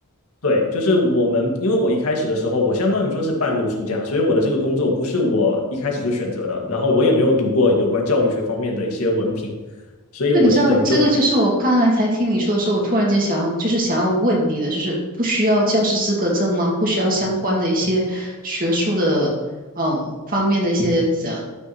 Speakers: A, on the left; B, on the right.
A: 对，就是我们，因为我一开始的时候，我相当于说是半路出家，所以我的这个工作不是我一开始就选择的，然后我也没有读过有关教育学方面的一些文凭，所以我是等于说半
B: 就你知道这个，就是我刚才才听你说的时候，我突然间想要，就是想要问你的，就是不需要教师资格证吗？不需要相关的一些学术的嗯方面的一些呃